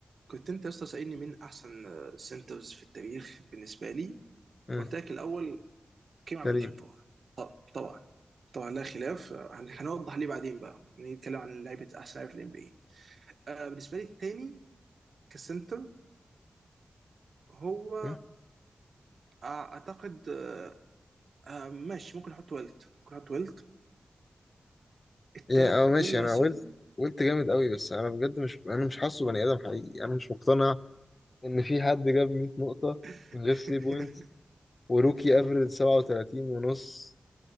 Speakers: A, on the right (about 80°); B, on the left (about 50°).
A: كنت انت يا اسطى سألني مين احسن سنترز في التاريخ بالنسبه لي
B: مم.
A: قلت لك الاول كريم عبد
B: كريم
A: الجبار طب طبعا طبعا لا خلاف آه، هن- هنوضح ليه بعدين بقى نتكلم عن لعيبه احسن لعيبه في الام بي اي بالنسبه لي الثاني كسنتر هو
B: مم.
A: آه، اعتقد آه، آه، ماشي ممكن احط ويلت ممكن احط ويلت الثالث
B: يعني اه ماشي
A: بيل راسل
B: انا قلت قلت جامد قوي بس انا بجد مش انا مش حاسه بني ادم حقيقي انا مش مقتنع ان في حد جاب 100 نقطة
A: <laughs>
B: من غير 3 بوينتس وروكي افريج 37 ونص